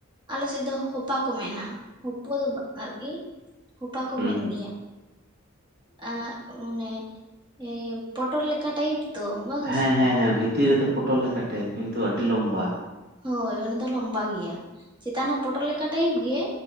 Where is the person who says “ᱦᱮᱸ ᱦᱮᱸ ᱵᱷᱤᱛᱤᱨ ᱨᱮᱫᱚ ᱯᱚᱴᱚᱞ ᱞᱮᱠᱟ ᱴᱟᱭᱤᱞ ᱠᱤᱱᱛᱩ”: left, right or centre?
Right